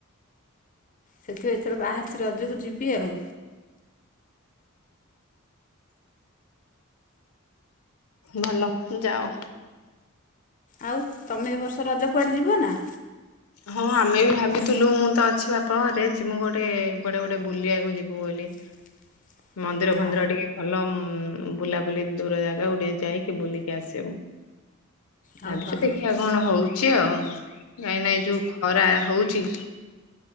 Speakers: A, on the left (about 35°); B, on the left (about 80°).
A: ସେଥିପ ଏଥର ବାହାରିଛି ରଜକୁ ଯିବି ଆଉ।
B: ଭଲ ଯାଅ।
A: ଆଉ ତମେ ଏ ବର୍ଷ ରଜ କୁଆଡ଼େ ଯିବ ନା।
B: ହଁ ଆମେ ବି ଭାବିଥିଲୁ ମୁଁ ତ ଅଛି ବାପଘରେ ଯିମୁଁ ଗୋଟେ କୁଆଡେ ଗୋଟେ ବୁଲିବାକୁ ଯିବୁ ବୋଲି।
A: <unintelligible>
B: ମନ୍ଦିର
A: ନା
B: ଫନ୍ଦିର ଟିକେ ଭଲ ବୁଲାବୁଲି ଦୂର ଜାଗାକୁ ଟିକେ ଯାଇକି ବୁଲିକି ଆସିବୁ।
A: ଆଉ
B: ଭାବିଚି
A: ଭଲ
B: ଦେଖିବା କଣ ହଉଛି ଆଉ ନାଇ ନାଇ ଯୋଉ ଖରା ହଉଛି।